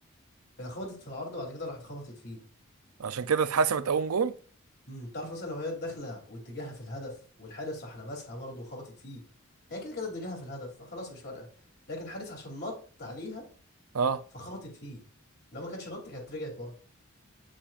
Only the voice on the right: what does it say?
عشان كده اتحسبت اون جول
اه